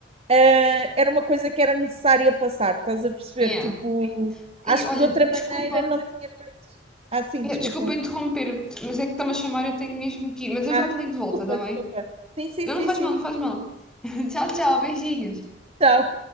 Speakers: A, on the right; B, in the centre.
A: eh, era uma coisa que era necessária passar, estás a perceber?
B: Yeah.
A: Tipo,
B: E
A: acho
B: olha,
A: que de outra maneira
B: desculpa,
A: não tinha feito. Ah, sim,
B: yeah,
A: desculpa.
B: desculpa interromper, mas é que está-me a chamar, eu tenho mesmo que ir. Mas eu
A: Ah,
B: já te ligo de
A: desculpa,
B: volta, está bem?
A: desculpa. Sim, sim,
B: Não,
A: sim,
B: não faz
A: sim.
B: mal, não faz mal. <laughs> Tchau, tchau, beijinhos.
A: Então,